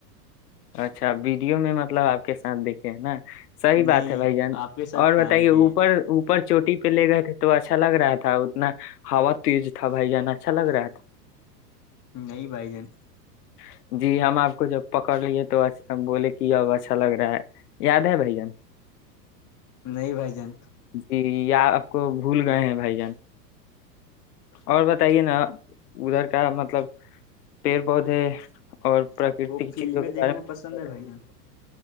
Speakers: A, on the left; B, on the left.
A: اچھا بی مطلب آ کے سات دیکھ نا صحی
B: نہیں
A: بات ہے بھائی جان
B: آپ کے ساتھ
A: اور
B: کہاں
A: بتائیے
B: دیکھے
A: اوپر
B: ہیں
A: اوپر چوٹی پہ لے گئے تھے تو اچھا لگ رہا تھا اتنا ہا تیز تھا بھائی جان اچھا لگ رہا تھا
B: نہیں بھائی جان
A: تھا جی ہم آپ کو جب پکڑ لیے تو بولے کہ اب اچھا لگ رہا ہے یاد ہے بھ جین
B: نہیں بھائی جان
A: جی یا آپ کو بھول گئے ہیں بھائی جان اور بتائیے نا ادھر کا مطلب پیر پودے اور پرکرتی
B: آپ کو
A: کی
B: فلمیں
A: چیزوں کے
B: دیکھنا
A: بارے میں
B: پسند ہے بھائی جان